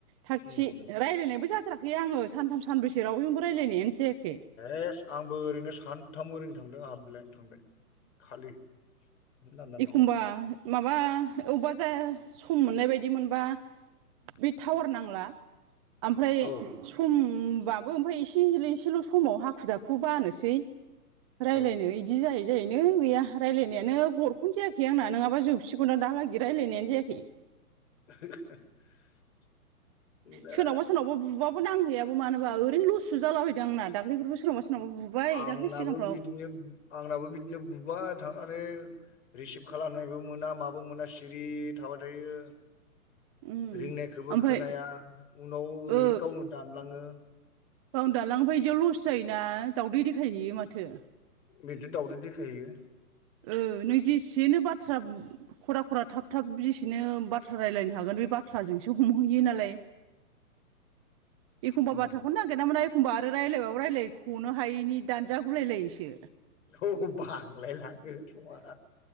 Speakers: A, on the right; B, on the left.
A: थाखागथि
B: उम
A: रायजलायनायबो फथाराखै आङ सानथ सानब्रसो रावैनोबो रायलायनायानो जे
B: एस आंबो ओरैनो सानथाम ओरैनो थांदों आंहा ब्लें थांबाय खालि लांदां थांबाय
A: एखमबा माबा अबेबा जाया। सम मोननाय बायदि मोनबा बे टावार नांला ओमफ्राय
B: औ
A: सम होनोमबाबो ओमफ्राय एसे एलैसोल' समाव हाखु- दाखु बानोसै रायज्लायनो
B: औ
A: इदि जायो। गैया रायजलायनायानो गरखौनो जायाखै आंना नङाबा जोबसिगौना दालागै रायज्लायनायानो जायाखै
B: <inaudible> दा
A: सोरनावबा सोरनावबा बुबाबो नांहैयाबो मानो होनोबा ओरैनो लससो जालाबायैदों आंना दाख्लैफोरबो सोरनावबा सोरनावबा बुबाय
B: आंनाबो
A: दाख्लै सिगांफ्राव
B: बिदिनो आंनाबो बिदिनो बुबा थाङ नानै रिसिभ खालामनायबो मोना माबो मोना सिरि थाबाय थायो
A: उम
B: रिंनायखौबो
A: ओमफ्राय
B: खोनाया उनाव ओरैनो
A: ओ
B: गावनो दामलाङो
A: गावनो दालांफबा बिदियाव लस जायोना दावदै देखायहैयो माथो
B: बेदि दावदै देखायहैयो
A: ओ नैजिसो बाथ्रा खरा- खरा थाब- थाब जेसेनो बाथ्रा रायज्लायनो हागोन बे बाथ्राजोंसो हमहैयो। न एखमबा
B: उम
A: बाथ्राखौनो नागिरना मोना एखमबा आरो रायज्लायबाबो रायज्लायनख'नो हायैनि दानजागुलायलायोसो
B: औ बांलायलाङो समा